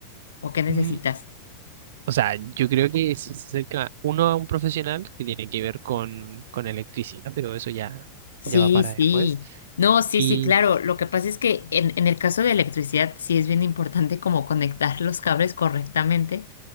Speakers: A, on the left; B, on the right.
A: o qué necesitas?
B: claro. O sea, yo creo que si se acerca uno a un profesional que tiene que ver con, con electricidad, pero eso ya,
A: Sí,
B: ya va para
A: sí.
B: después.
A: No, sí,
B: Y
A: sí, claro. Lo que pasa es que en, en el caso de electricidad sí es bien importante como conectar los cables correctamente